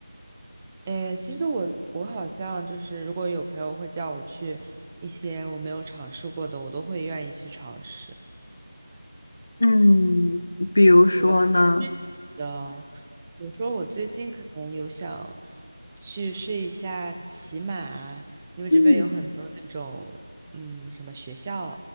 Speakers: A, on the right; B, on the left.
A: 诶，其实我我好像就是，如果有朋友会叫我去一些我没有尝试过的，我都会愿意去尝试。
B: 嗯，比如说呢？
A: 对，好具体的。比如说，我最近可能有想去试一下骑马，因为这边有很多那种，
B: 嗯
A: 嗯，什么学校，